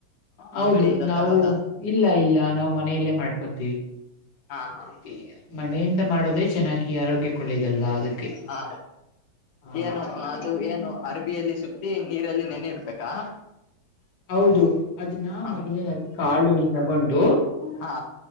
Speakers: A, on the left; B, on the left.
A: ಹೌದು
B: ಅಂಗಡಿಯಿಂದ
A: ನಾವು
B: ತರೋದ
A: ಇಲ್ಲ ಇಲ್ಲ ನಾ್ ಮನೆಯಲ್ಲೇ ಮಾಡ್ಕೊ <unintelligible>
B: ಹಾ ಹಾ
A: ಮನೆಯಿಂದ ಮಾಡೋದೇ ಚೆನ್ನಾಗಿ ಆರೋಗ್ಯಕ್ಕೊಳ್ಳೆಯದಲ್ವಾ ಅದಕ್ಕೆ
B: ಹಾ
A: ಹಾ
B: ಏನು ಅದು ಏನು ಅರ್ಬಿಯಲ್ಲಿ ಸುತ್ತಿ ನೀರಲ್ಲಿ ನೆನ ಇಡ್ಬೇಕಾ
A: ಹೌದು ಅದನ್ನ
B: ಹಾ
A: ಮೊದ್ನೇದಾಗಿ ಕಾಳುಿ ತಗೊಂಡು
B: ಹಾ